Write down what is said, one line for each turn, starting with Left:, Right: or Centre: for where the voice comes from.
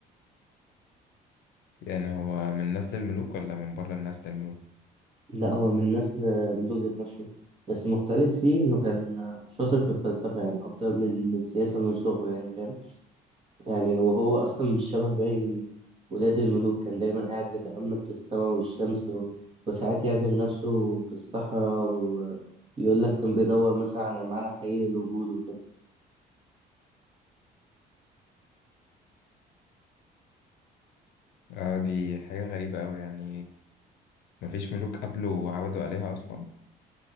Left: يعني هو من نسل الملوك ولا من بره النسل الملوك
Right: لا هو من نسل ملوك ذات نفسه بس مختلف فيه انه كان شاطر في الفلسفه يعني اكتر من السياسه من صغره يعني فاهم يعني وهو أصلا مش شبه باقي ولاد الملوك كان دايما قاعد يتأمل في السماء والشمس و... وساعات يعزل نفسه في الصحراء ويقول لك كان بيدور مثلا على معنى حقيقي للوجود وكده
Left: اه دي حاجه غريبه قوي يعني مفيش ملوك قبله وعبدوا عليها اصلا